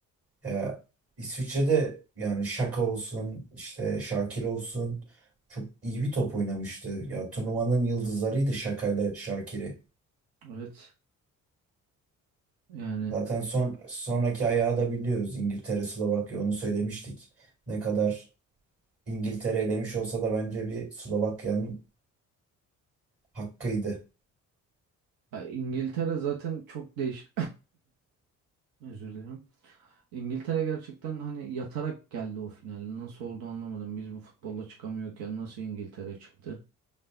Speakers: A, on the right; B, on the right.
A: Ya İsviçre'de yani Şaka olsun, işte Şakir olsun çok iyi bir top oynamıştı. Ya turnuvanın yıldızlarıydı Şaka'yla Şakir'i.
B: Evet. Yani
A: Zaten son sonraki ayağı da biliyoruz. İngiltere, Slovakya onu söylemiştik. Ne kadar İngiltere elemiş olsa da bence bir Slovakya'nın hakkıydı.
B: e, İngiltere zaten çok değiş <coughs> özür dilerim. İngiltere gerçekten hani yatarak geldi o finale. Nasıl oldu anlamadım. Biz bu futbolla çıkamıyorken nasıl İngiltere çıktı?